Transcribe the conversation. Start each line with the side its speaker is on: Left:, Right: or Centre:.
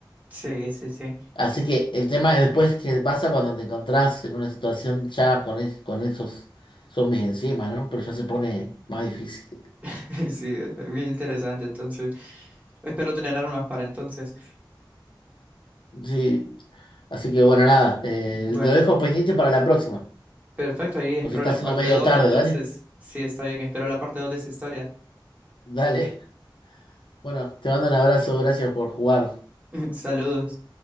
Right: Sí, sí, sí.
Left: Así que el tema es después qué pasa cuando te encontrás en una situación ya con, es- con esos zombies encima, ¿no? Pero ya se pone más difícil.
Right: <laughs> Sí, es bien interesante. Entonces, espero tener armas para entonces.
Left: Sí, así que bueno, nada, eh,
Right: Bueno,
Left: lo dejo pendiente para la próxima.
Right: perfecto. Y espero
Left: Pues se está
Right: la
Left: haciendo
Right: parte
Left: medio
Right: dos
Left: tarde,
Right: Entonces,
Left: dale.
Right: sí, está bien. Espero la parte 2 de esa historia.
Left: Dale. Bueno, te mando un abrazo, gracias por jugar.
Right: <laughs> Saludos.